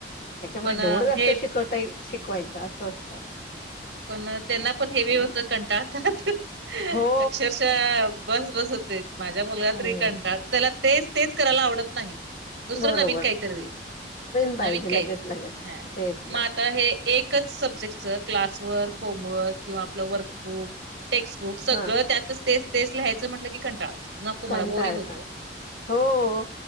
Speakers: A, on the left; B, on the right.
A: त्याच्यामुळे,
B: पण
A: जेवढं
B: अ,
A: जास्त
B: हे
A: शिकवता येईल, शिकवायचं, असं असतं.
B: पण, त्यांना पण हेवी होत, कंटाळतात.
A: हो
B: अक्षरशः बस-बस होते, माझ्या मुलगा,
A: हम्म
B: तरी कंटाळ, त्याला तेच -तेच करायला आवडत नाही, दुसरं
A: बरोबर
B: नवीन काहीतरी दे.
A: पाहिजे
B: नवीन काही,
A: लगेच लगेच
B: हं
A: तेच ना
B: म आता, हे एकच सब्जेक्टच क्लास वर्क, होमवर्क किंवा आपलं वर्कबुक, टेक्स्टबुक सगळं
A: हा
B: त्यातच तेच-तेच, लिहायचं म्हटलं की, कंटाळ नको
A: कंटाळतात,
B: मला बोरिंग होतं.
A: हो,